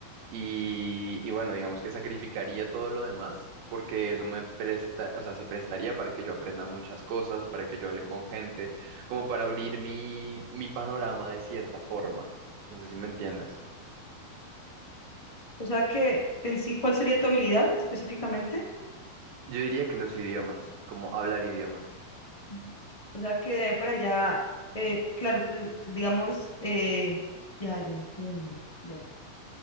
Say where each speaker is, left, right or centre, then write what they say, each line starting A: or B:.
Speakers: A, on the right (about 80°); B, on the left (about 15°).
A: Y, y bueno, digamos que sacrificaría todo lo demás, porque eso me presta, o sea, se prestaría para que yo aprenda muchas cosas, para que yo hable con gente, como para abrir mi, mi panorama de cierta forma. No sé si me entiendas.
B: O sea que en sí, ¿cuál sería tu habilidad específicamente?
A: Yo diría que los idiomas, como hablar idiomas.
B: Mm. O sea, que quedé para allá, eh, claro, tú, digamos, eh, ya, ya entiendo. Ya, ya.